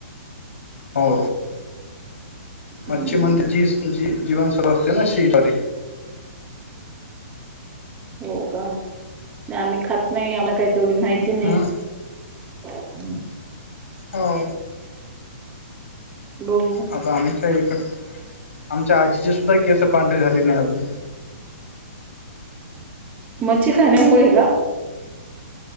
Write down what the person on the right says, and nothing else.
हम्म
हो का आम्ही खात नाही आम्हाला काही तेवढी माहिती नाही...
हम....
बघू
मच्छी खाण्यामुळे का?